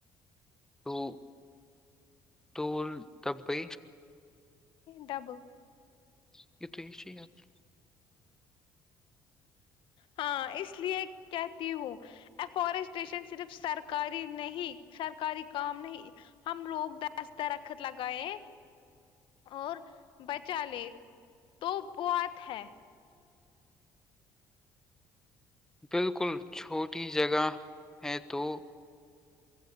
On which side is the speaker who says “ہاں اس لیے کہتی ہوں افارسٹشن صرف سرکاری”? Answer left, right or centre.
Left